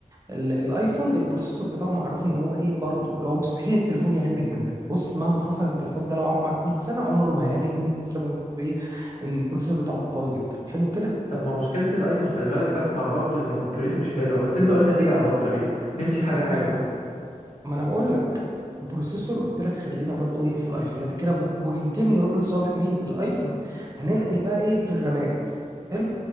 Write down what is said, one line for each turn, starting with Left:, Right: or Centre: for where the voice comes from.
Right: ال- الايفون البروسيسور بتاعه معروف ان هو ايه برضه اللي هو مستحيل التليفون يهنج منك بص مهما حصل التليفون ده لو قعد معاك 100 سنه عمره ما هيهنج منك بسبب ايه ان البروسيسور بتاعه قوي جدا حلو كده
Left: طب ما مشكله الايفون خلي بالك بسمع برضو ان بطاريته مش حلوه بس انت قلت هتيجي على البطاريه نمسك حاجه حاجه طيب
Right: ما انا بقول لك بروسيسور قلت لك خلينا برضو ايه في الايفون دي كده بو- بوينتين يروحوا لصالح مين الايفون هننقل بقى ايه في الرامات حلو